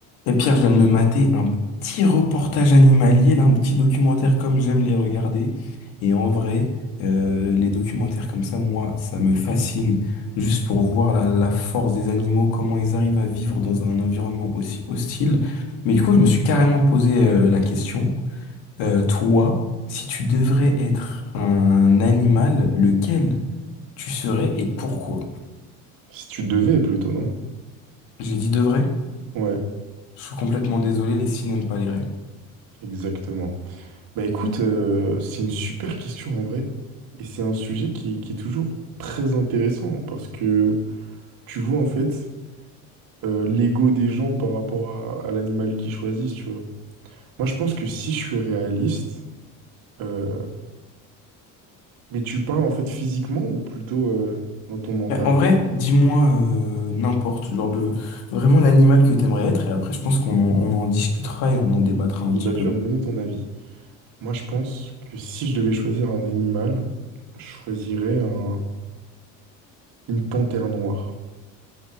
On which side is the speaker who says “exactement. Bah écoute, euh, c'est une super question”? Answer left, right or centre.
Right